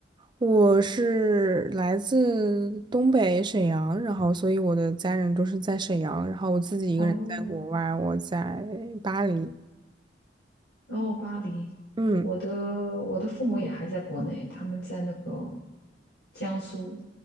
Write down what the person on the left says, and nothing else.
哦，
然后巴黎，
我的我的父母也还在国内，他们在那个江苏